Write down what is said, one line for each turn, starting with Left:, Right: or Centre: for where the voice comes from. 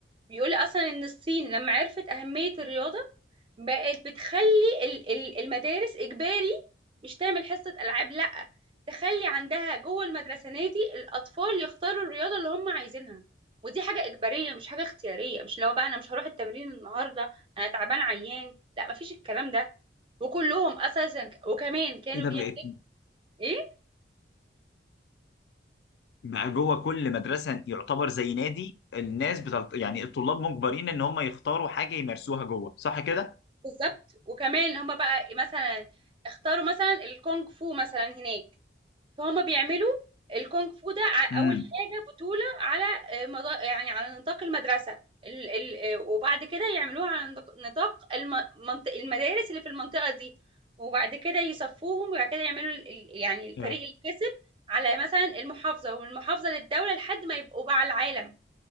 Right: بيقول اصلا ان الصين لما عرفت اهمية الرياضة بقت بتخلي ال- ال- المدارس اجباري مش تعمل حصة العاب لا تخلي عندها جوه المدرسة نادي الاطفال يختاروا الرياضة اللي هم عايزينها ودي حاجة اجبارية مش حاجة اختيارية مش لو بقى انا مش هروح التمرين النهاردة انا تعبان عيان لا مفيش الكلام ده وكلهم اساسا ك- وكمان كانوا
Left: ايه ده
Right: بيعملوا
Left: بقت
Right: ايه
Left: بقى جوه كل مدرسه يعتبر زي نادي الناس بتلط... يعني الطلاب مجبرين ان هم يختاروا حاجه يمارسوها جوه صح كده؟
Right: بالظبط وكمان اللي هم بقى مثلا اختاروا مثلا الكونغ فو مثلا هناك فهم بيعملوا الكونغ فو ده ع-
Left: امم
Right: اول حاجه بطوله على آه، مضا... يعني على نطاق المدرسه ال... ال... آه، وبعد كده يعملوها على نط- نطاق الم... منط- المدارس اللي في المنطقه دي وبعد كده يصفوهم وبعد كده يعملوا ال... ال- يعني الفريق
Left: آه.
Right: اللي كسب على مثلا المحافظه ومن المحافظه للدوله لحد ما يبقوا بقى على العالم